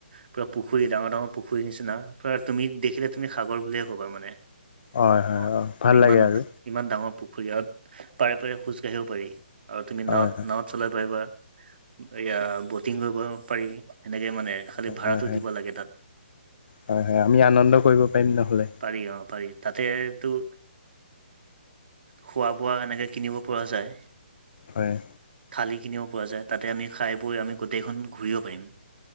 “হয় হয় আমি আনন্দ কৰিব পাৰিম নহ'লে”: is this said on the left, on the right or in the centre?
Left